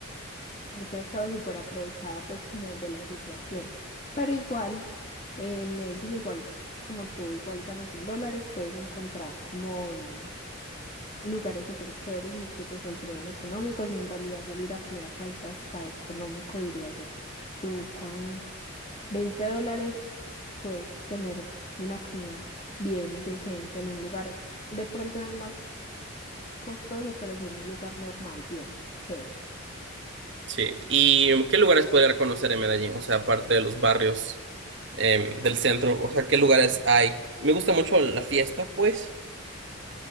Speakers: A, on the left; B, on the right.
A: gente ha estado súper aprovechada pues como de la situación. Pero igual, eh, en Medellín, igual como tú, igual ganas en dólares, puedes encontrar como mm, lugares súper chéveres y que te saldrían económicos y en realidad salir a comer acá es hasta económico, diría yo. Tú con 20 dólares puedes tener una comida pues, bien decente en un lugar, de pronto no el más costoso, pero sí en un lugar normal, bien, chévere.
B: Sí. ¿Y qué lugares podría conocer en Medellín? O sea, aparte de los barrios em, del centro, o sea, ¿qué lugares hay? Me gusta mucho la fiesta, pues.